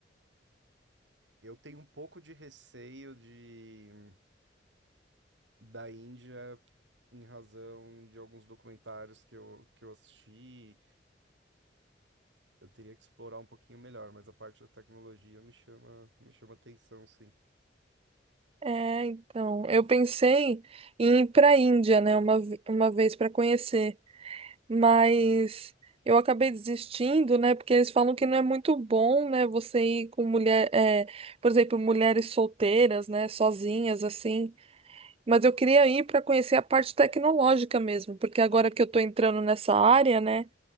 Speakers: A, on the right; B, on the right.
A: Eu tenho um pouco de receio de da Índia em razão de alguns documentários que eu, que eu assisti. Eu teria que explorar um pouquinho melhor, mas a parte da tecnologia me chama, me chama atenção, sim.
B: É, então, eu pensei em ir para a Índia, né, uma, ve- uma vez para conhecer, mas eu acabei desistindo, né, porque eles falam que não é muito bom, né, você ir com mulher, é, por exemplo, mulheres solteiras, né, sozinhas, assim. Mas eu queria ir para conhecer a parte tecnológica mesmo, porque agora que eu tô entrando nessa área, né,